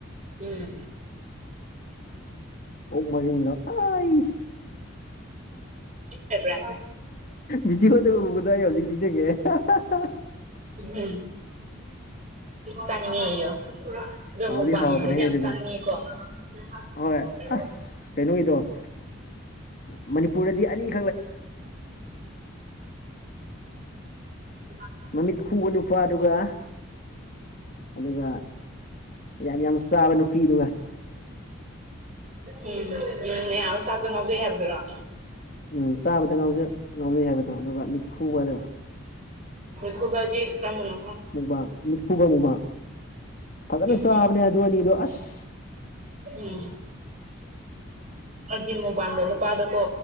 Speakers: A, on the right; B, on the left.
A: ꯎꯝ
B: ꯑꯣꯛ ꯑꯣꯛꯃꯔꯤꯟꯗꯣ ꯑꯩꯁ
A: ꯎ ꯑꯦꯕ
B: ꯕꯤꯗꯤ ꯍꯠꯇꯒ ꯍꯨꯝꯕꯗꯏ ꯍꯧꯖꯤꯛꯇ ꯅꯤꯡ ꯆꯪꯉꯦ
A: ꯎꯝ ꯆꯥꯅꯤꯡꯉꯤꯣ ꯑꯗꯣ
B: ꯍꯥꯎꯗꯤ
A: ꯑꯃꯨꯛ ꯋꯥꯡ
B: ꯍꯥꯎꯕꯅꯦꯍꯦ
A: ꯌꯦꯡꯕꯁꯦ ꯌꯥꯝ
B: ꯑꯗꯨꯗꯣ
A: ꯆꯥꯅꯤꯡꯉꯦꯀꯣ ꯎꯝ
B: ꯍꯣꯏ ꯑꯁ ꯀꯩꯅꯣꯒꯤꯗꯣ ꯃꯅꯤꯄꯨꯔꯗꯗꯤ ꯑꯅꯤ
A: ꯎꯝ
B: ꯃꯃꯤꯠ ꯈꯨꯕ ꯅꯨꯄꯥ ꯑꯗꯨꯒ ꯑꯗꯨꯒ ꯌꯥꯝ ꯌꯥꯝ ꯆꯥꯕ ꯅꯨꯄꯤꯗꯨꯒ
A: ꯎꯝ ꯎꯝ ꯑꯌꯥꯝ ꯇꯥꯞꯇ ꯉꯥꯎꯖꯩ ꯍꯥꯏꯕꯗꯨꯔꯣ
B: ꯎꯝ ꯆꯥꯕꯗ ꯉꯖ ꯉꯥꯎꯖꯩ ꯍꯥꯏꯕꯗ ꯑꯗꯨꯒ ꯃꯤꯠ ꯈꯨꯨꯒꯗꯕ
A: ꯈꯨꯕꯖꯤ ꯀꯥꯃꯅ
B: ꯃꯨꯕꯥ ꯃꯤꯠꯄꯨꯕ ꯃꯨꯕꯥ ꯐꯖꯅ
A: ꯎꯝ
B: ꯁꯥꯕꯅꯦ ꯑꯗꯨ ꯑꯅꯤꯗꯣ ꯑꯁ
A: ꯎꯝ ꯑꯩꯒꯤ ꯃꯨꯕꯥꯝꯗ ꯅꯨꯄꯥꯗꯀꯣ